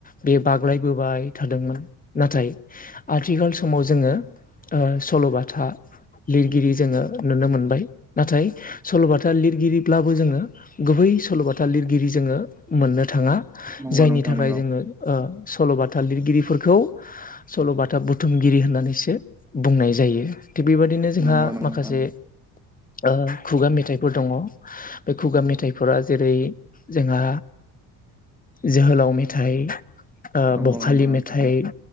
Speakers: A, on the left (about 20°); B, in the centre.
A: बे बाग्लायबोबाय थादोंमोन नाथाय आ आथिखाल समाव जोङो ओ सल'बाथा लिरगिरि जोङो नुनो मोनबाय नाथाय सल'बाथा लिरगिरिब्लाबो जोङो गुबै सल'बाथा लिरगिरि जोङो मोननो थाङा
B: नंगौ
A: जायनि
B: नोंथां
A: थाखाय
B: नंगौ
A: जोङो ओ सल'बाथा लिरगिरिफोरखौ सल'बाथा बुथुमगिरि होननानैसो बुंनाय जायो थिग बेबादिनो जोंहा
B: नंगौ नोंथां
A: माखासे
B: नंगौ
A: ओ खुगा मेथाइफोर दङ। बे खुगा मेथाइफोरा जेरै जोंहा जोहोलाव मेथाइ ओ
B: नंगौ
A: बखालि
B: नंगौ नोंथां
A: मेथाइ,